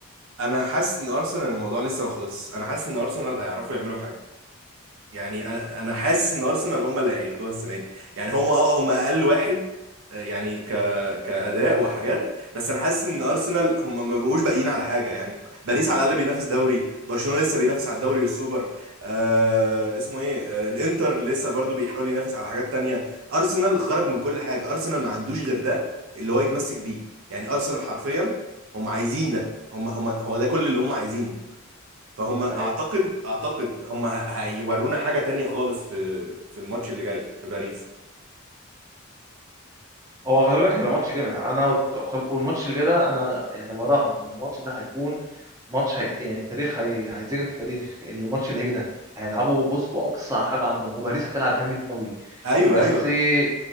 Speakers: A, on the right; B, on the right.
A: انا حاسس ان ارسنال الموضوع لسه ما خلصش انا حاسس ان ارسنال هيعرفوا يعملوا حاجه يعني انا انا حاسس ان ارسنال هم اللي هياخدوها السنه دي يعني هم اه هم اقل واحد آه، يعني ك كاداء وحاجات بس انا حاسس ان ارسنال هم ما بقوش باقيين على حاجه يعني باريس على الاقل بينافس دوري برشلونه لسه بينافس على الدوري والسوبر آه اسمه ايه آه الانتر لسه برضو بيحاول ينافس على حاجات تانية ارسنال خرج من كل حاجه ارسنال ما عندوش غير ده اللي هو يتمسك بيه يعني ارسنال حرفيا هم عايزين ده هم هم هو ده كل اللي هم عايزينه فهم اعتقد
B: ايوه
A: اعتقد هم ه- هيورونا حاجه تانية خالص في في الماتش اللي جاي في باريس
B: هو خلي بالك هيبقى ماتش جامد انا وت- وخ- والماتش اللي جاي ده انا يعني براهنك ان الماتش ده هيكون ماتش هي يعني التاريخ هي... هيتذكر في التاريخ الماتش اللي هيجي ده هيلعبوا بص باقصى حاجه عندهم وباريس هتلعب جامد قوي
A: ايوه
B: بس
A: ايوه
B: آه،